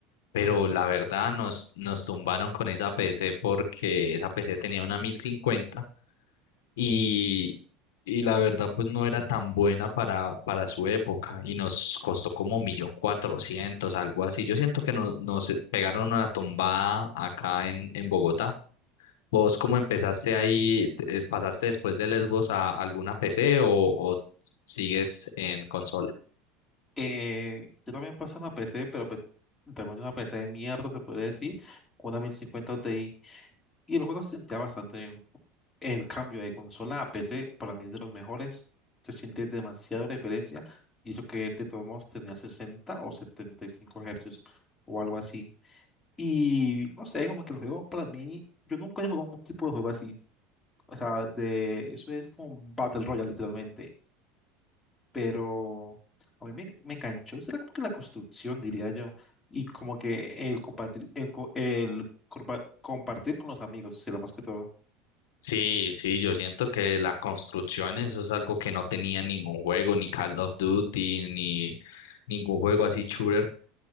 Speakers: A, on the left; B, on the left.
A: pero la verdad nos, nos tumbaron con esa PC porque esa PC tenía una 1050 y, y la verdad pues no era tan buena para, para su época y nos costó como un millón cuatrocientos algo así. Yo siento que nos, nos pegaron una tumbada acá en, en Bogotá. ¿Vos cómo empezaste ahí? Eh, ¿Pasaste después de Lesbos a alguna PC o, o sigues en consola?
B: Eh, yo también pasé una PC, pero pues también una PC de mierda, se puede decir, con una 1050 Ti. Y el juego se sentía bastante bien. El cambio de consola a PC para mí es de los mejores. Se siente demasiado diferencia. Y eso que de todos modos tenía 60 o 75 hercios o algo así. Y no sé, como que el juego para mí, yo nunca he jugado un tipo de juego así. O sea, de eso es como un Battle Royale literalmente. Pero a mí me, me enganchó. Será como que la construcción, diría yo. Y como que el compartir, el, co- el corpa- compartir con los amigos será más que todo.
A: Sí, sí, yo siento que la construcción, eso es algo que no tenía ningún juego, ni Call of Duty, ni ningún juego así shooter